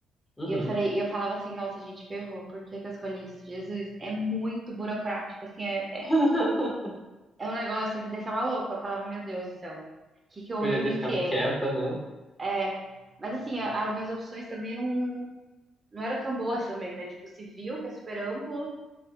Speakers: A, on the left (about 20°); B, on the right (about 25°).
A: uhum.
B: E eu falei, e eu falava assim, nossa, gente, ferrou, por que que eu escolhi isso? Jesus, é muito burocrático, assim, é, é
A: <laughs>
B: é um negócio que me deixava louca. Eu falava, meu Deus do céu, que, que, onde
A: Poderia
B: eu
A: ter
B: me
A: ficado
B: enfiei?
A: quieta, né?
B: É, mas assim, a- as minhas opções também não, não eram tão boas também, né? Tipo, civil, que é super amplo,